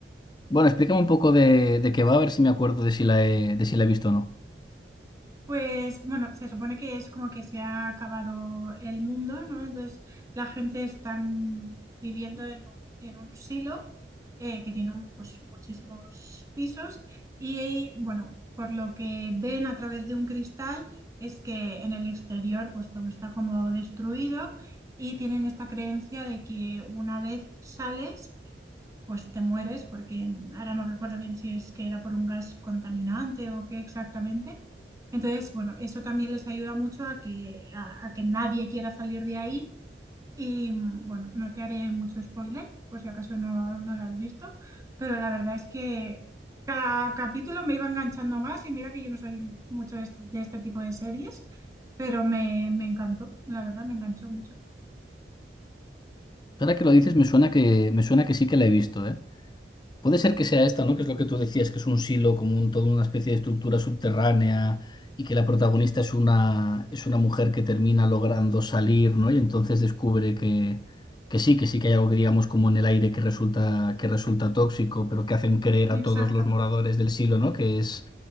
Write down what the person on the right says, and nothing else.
Pues bueno, se supone que es como que se ha acabado el mundo, ¿no? Entonces la gente está viviendo en, en un silo eh, que tiene un- pues, muchísimos pisos y bueno, por lo que ven a través de un cristal es que en el exterior pues todo está como destruido y tienen esta creencia de que una vez sales pues te mueres, porque ahora no recuerdo bien si es que era por un gas contaminante o qué exactamente. Entonces, bueno, eso también les ayuda mucho a que, a, a que nadie quiera salir de ahí. Y bueno, no te haré mucho spoiler, por si acaso no, no lo has visto, pero la verdad es que cada capítulo me iba enganchando más y mira que yo no soy mucho de este, de este tipo de series, pero me, me encantó, la verdad me enganchó mucho.
Exacto.